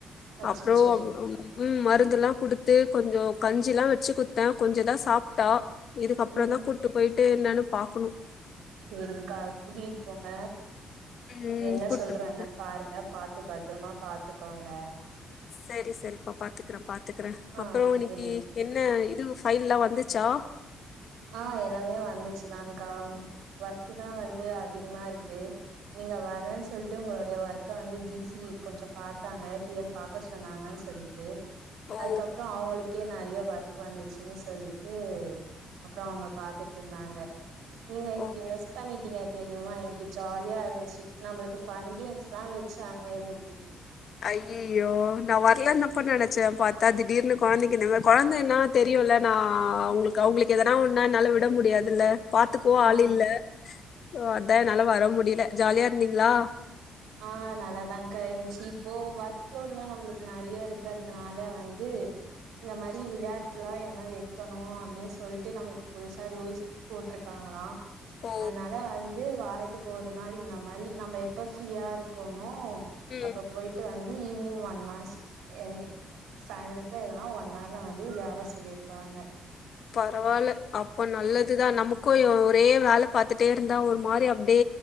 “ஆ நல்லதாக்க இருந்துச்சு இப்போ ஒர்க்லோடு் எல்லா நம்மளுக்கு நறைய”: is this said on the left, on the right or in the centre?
Right